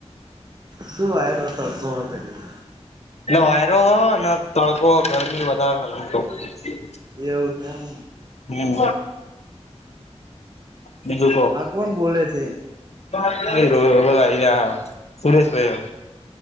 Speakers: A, on the right (about 35°); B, on the left (about 70°).
A: શું વાયરો તડકો હો કરી
B: એટલે વાયરો હો અને તડકો ગરમી વધારે થતી બહુ
A: એ એવું છે એમ
B: હમ બીજું કો
A: હા કોણ બોલે છે
B: આવી રહ્યા સુરેશ ભાઈ